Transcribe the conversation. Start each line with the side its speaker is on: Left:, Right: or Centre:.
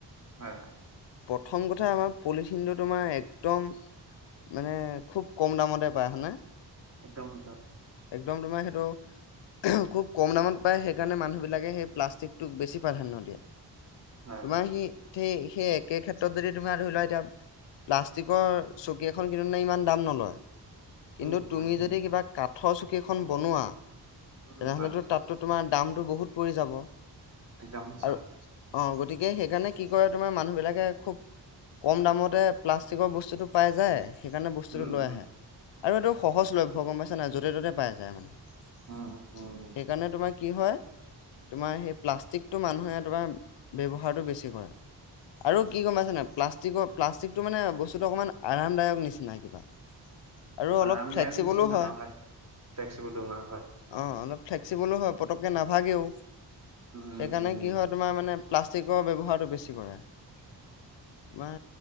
Right: হয়, হয়।
Left: প্ৰথম কথা আমাৰ পলিথিনটো তোমাৰ একদম মানে খুব ক'ম দামতে পায় হয়নে?
Right: একদম সঁচা।
Left: একদম তোমাৰ সেইটো খুব ক'ম দামত পায়, সেইকাৰণে মানুহবিলাকে সেই প্লাষ্টিকটোক বেছি প্ৰাধান্য দিয়ে।
Right: হয়
Left: তোমাৰ
Right: হয়
Left: সি সেই সেই একে ক্ষেত্ৰত যদি তোমাৰ ধৰি লোৱা এতিয়া প্লাষ্টিকৰ চকী এখন কিনোতে ইমান দাম নলয়। কিন্তু
Right: উম
Left: তুমি
Right: হয়
Left: যদি কিবা কাঠৰ চকী এখন বনোৱা
Right: উম
Left: তেনেহ'লেতো
Right: হয়
Left: তাত টো তোমাৰ দামটো বহুত পৰি যাব।
Right: একদম সঁচা
Left: আৰু অ', গতিকে সেইকাৰণে কি কৰে তোমাৰ মানুহ বিলাকে খুব ক'ম দামতে প্লাষ্টিকৰ বস্তুটো পাই যায়। সেইকাৰণে বস্তুটো
Right: উম উম
Left: লৈ আহে, আৰু এইটো সহজ লভ্য গ'ম পাইছা নাই, য'তে ত'তে পাই যায় মানে।
Right: উম উম
Left: সেইকাৰণে
Right: উম
Left: তোমাৰ কি হয়। তোমাৰ সেই প্লাষ্টিকটো মানুহে তোমাৰ ব্যৱহাৰটো বেছি কৰে। আৰু কি গ'ম পাইছেনে? প্লাষ্টিকৰ প্লাষ্টিকটো মানে বস্তুটো অকণমান আৰামদায়ক নিচিনা কিবা আৰু অলপ
Right: আৰামদায়ক
Left: ফ্লেক্সিবলো
Right: নিছিনা
Left: হয়
Right: নহয়। ফেক্সিবোল ধৰা হয়।
Left: অ', অলপ ফ্লেক্সিবলো হয় পটককৈ নাভাগেও,
Right: উম
Left: সেইকাৰণে
Right: উম
Left: কি হয় তোমাৰ মানে প্লাষ্টিকৰ ব্যৱহাৰটো বেছি কৰে। তোমাৰ